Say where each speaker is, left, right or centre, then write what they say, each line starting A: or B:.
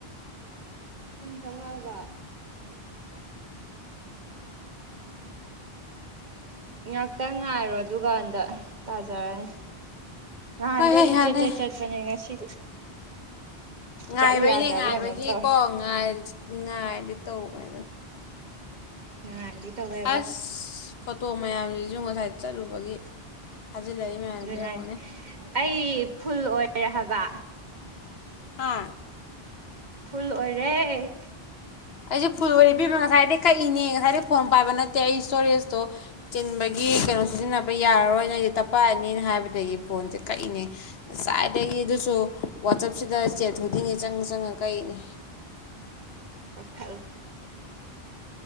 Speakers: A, on the right; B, on the left.
A: ꯆꯧꯉꯥꯒ ꯉꯥꯛꯇ ꯉꯥꯏꯔꯣ ꯑꯗꯨꯒꯥꯟꯗ ꯇꯥꯖꯔꯅꯤ ꯉꯍꯥꯟꯒꯩꯗꯤ
B: ꯍꯣꯏ ꯍꯣꯏ ꯌꯥꯅꯤ
A: ꯖꯦꯖꯠ ꯆꯠꯄꯅꯦ ꯉꯁꯤꯗꯤ
B: ꯉꯥꯏꯕꯩꯅꯦ
A: ꯆꯠꯂꯨ ꯌꯥꯗ꯭ꯔꯕ
B: ꯉꯥꯏꯕꯒꯤꯀꯣꯥ
A: ꯀꯩꯅꯣꯝ ꯇꯧꯔꯦ
B: ꯉꯥꯏ ꯉꯥꯏꯔꯗꯤ ꯇꯧ <unintelligible>
A: ꯅꯍꯥꯟꯗꯤ ꯇꯧꯋꯦꯕ
B: ꯑꯁ ꯐꯣꯇꯣ ꯃꯌꯥꯝꯖꯤꯗꯤ ꯖꯨ ꯉꯁꯥꯏ ꯆꯠꯂꯨꯕꯒꯤ ꯊꯥꯖꯤꯜꯂꯛꯏ ꯃꯌꯥꯝꯖꯤ
A: ꯑꯗꯨꯅ
B: ꯌꯦꯡꯉꯨꯅꯦ
A: ꯑꯩ ꯐꯨꯜ ꯑꯣꯏꯔꯦ ꯍꯥꯏꯕ
B: ꯍꯥ
A: ꯐꯨꯜ ꯑꯣꯏꯔꯦ
B: ꯑꯩꯖꯨ ꯐꯨꯜ ꯑꯣꯏꯔꯦ ꯏꯕꯦꯝꯃ ꯉꯁꯥꯏꯗꯩ ꯀꯛꯏꯅꯦ ꯉꯁꯥꯏꯗꯩ ꯐꯣꯟ ꯄꯥꯏꯕ ꯅꯠꯇꯦ ꯑꯩ ꯏꯁꯇꯣꯔꯦꯖꯇꯣ ꯆꯤꯟꯕꯒꯤ ꯀꯩꯅꯣ ꯁꯤꯖꯤꯟꯅꯕ ꯌꯥꯔꯔꯣꯏꯅ ꯑꯩꯁꯨ ꯇꯞꯄꯛꯑꯅꯤꯅ ꯍꯥꯏꯕꯗꯒꯤ ꯐꯣꯟꯁꯦ ꯀꯛꯏꯅꯦ ꯉꯁꯥꯏ ꯗꯒꯤ ꯑꯗꯨꯁꯨ ꯋꯥꯆꯦꯞꯁꯤ <unintelligible> ꯆꯪꯉ ꯆꯪꯉ ꯀꯛꯂꯤꯅꯦ
A: ꯀꯛꯊꯠꯂꯣ